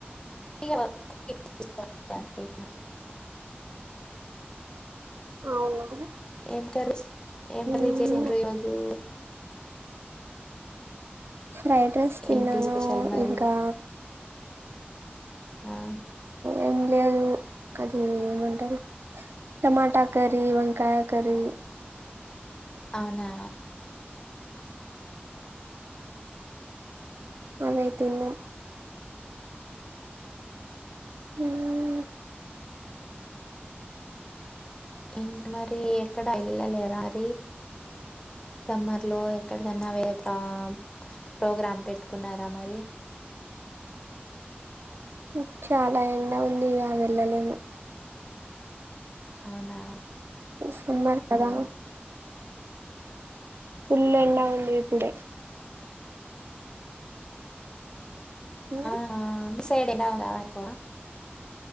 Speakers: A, on the left; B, on the right.
A: <unintelligible> <inaudible>
B: అవును
A: ఏం కర్రీ ఏం
B: ఉమ్
A: కర్రీ చేసిర్రు ఈరోజు
B: ఫ్రైడ్ రైస్ తిన్నాను
A: ఏంటి స్పెషల్ మరి?
B: ఇంకా
A: ఆ
B: ఏం లేదు అది ఏమంటారు టమాటా కర్రీ, వంకాయ కర్రీ
A: అవునా
B: ఆ అవే తిన్నం హ్మ్
A: ఏంటి మరి ఎక్కడ వెళ్ళలేరా అరి సమ్మర్ లో ఎక్కడికైన్నా వేరే ప్ర ప్రోగ్రామ్ పెట్టుకున్నారా మరి
B: హ్మ్ చాలా ఎండ ఉంది ఇగ వెళ్ళలేము
A: అవునా
B: సమ్మర్ కదా ఫుల్ ఎండా ఉంది ఇప్పుడే ఉమ్,
A: ఆ హ మీ సైడ్ ఎండ ఉందా ఎక్కువ